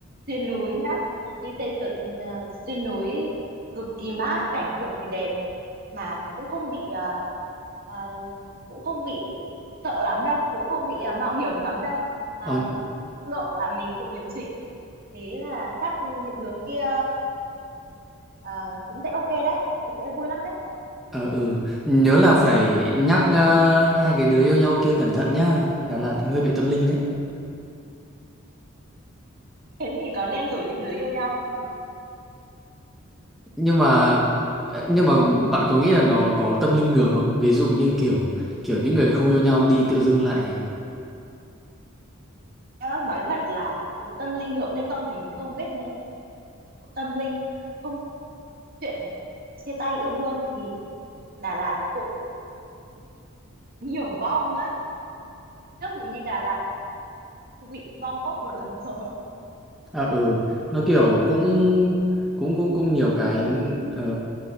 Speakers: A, on the right (about 45°); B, in the centre.
A: xuyên núi nhá đi xe trượt ờ, xuyên núi cực kỳ mát cảnh cực kỳ đẹp mà cũng không bị ờ, ờ, cũng không bị sợ lắm đâu cũng không bị ờ, mạo hiểm lắm đâu Ờ,
B: Ờ,
A: tốc độ là mình tự điều chỉnh thế là chắc những đứa kia ờ, cũng sẽ ok đấy cũng sẽ vui lắm đấy
B: Ờ ừ, nhớ là phải nhắc ờ, hai cái đứa yêu nhau kia cẩn thận nhá, Đà Lạt hơi bị tâm linh đấy.
A: thế thì có nên rủ những đứa yêu nhau không nhỉ
B: Nhưng mà ờ, nhưng mà bạn có nghĩ là nó có tâm linh ngược không? Ví dụ như kiểu kiểu những người không yêu nhau đi tự dưng lại
A: Nhớ, nói thật là tâm linh ngược hay không thì mình không biết nhưng tâm linh không chuyện chia tay yêu đương thì Đà Lạt cũng nhiều vong á trước mình đi Đà Lạt bị vong ốc một lần rồi
B: à ừ, nó kiểu cũng cũng cũng cũng nhiều cái ờ,